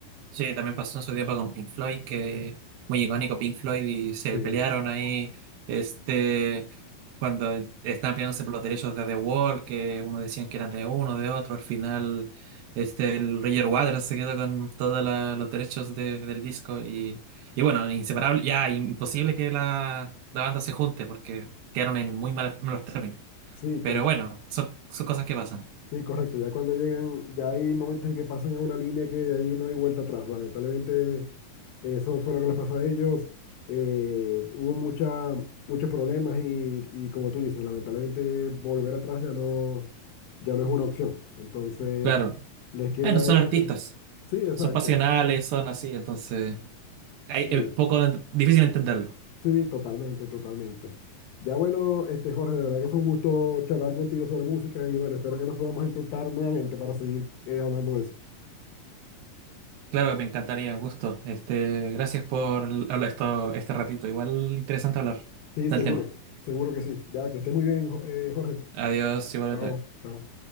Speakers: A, on the right; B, on the left.
A: Sí, también pasó en su tiempo con Pink Floyd, que muy icónico Pink Floyd, y se
B: Sí,
A: pelearon ahí, este, cuando e, estaban peleándose por los derechos de The Wall, que uno decían que eran de uno, de otro, al final, este, el Roger Waters se quedó con todos los derechos de- del disco, y, y bueno, inseparable, ya imposible que la, la banda se junte, porque quedaron en muy malos, malos términos,
B: sí,
A: pero
B: cuando,
A: bueno, son, son cosas que pasan.
B: Sí, correcto. Ya cuando llegan, ya hay momentos en que pasan a una línea que de ahí no hay vuelta atrás. Lamentablemente, eso fue lo que les pasó a ellos. Eh, hubo mucha, muchos problemas y, y como tú dices, lamentablemente volver atrás ya no, ya no es una opción. Entonces,
A: Claro.
B: les queda
A: Bueno, son
B: esto.
A: artistas,
B: Sí, exacto.
A: son pasionales, son así, entonces... Ay,
B: Sí,
A: Es poco difícil entenderlo.
B: sí, totalmente, totalmente. Ya bueno, este Jorge, de verdad que fue un gusto charlar contigo sobre música y bueno, espero que nos podamos encontrar nuevamente para seguir eh, hablando de eso.
A: Claro, me encantaría, gusto. Este, gracias por hablar esto, este ratito. Igual interesante hablar
B: Sí,
A: del
B: seguro,
A: tema.
B: seguro que sí. Ya, que esté muy bien, Jo- eh, Jorge.
A: Adiós, igualmente.
B: Chao, chao.